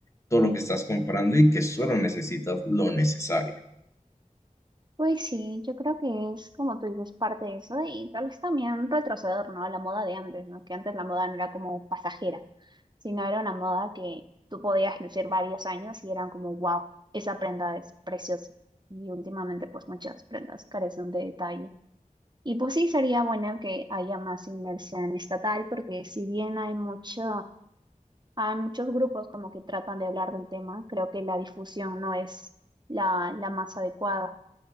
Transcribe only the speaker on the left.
todo lo que estás comprando y que solo necesitas lo necesario.